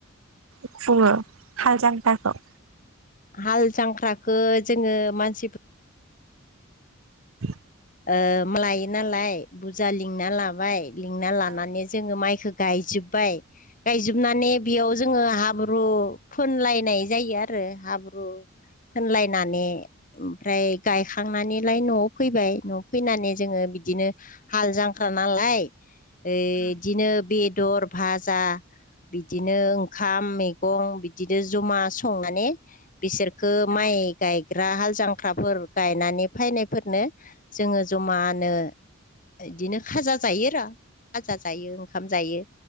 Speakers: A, on the right; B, on the left.
A: खुंङो हाल जांख्राखौ?
B: हाल जांख्राखो जोङो मानसि
A: <inaudible>
B: ओ मालायो नालाय बुजा लिंना लाबाय लिंना लानानै
A: औ
B: जोङो माइखौ गायजोब्बाय गायजोबनानै बेयाव जोङो हाब्रु फोनलायनाय जायो आरो हाब्रु फोनलायनानै ओमफ्राय गायखांनानैलाय न'आव फैबाय। न' फैनानै जोङो बिदिनो हाल जांख्रा नालाय एदिनो
A: उम
B: बेदर भाजा बिदिनो ओंखाम मैगं बिदिनो जमा संनानै बिसोरखौ माइ
A: औ अ
B: गायग्रा हाल जांख्राफोर गायनानै फायनायफोरनो जोङो जमानो इदिनो खाजा जायो र' फाजा जायो ओंखाम जायो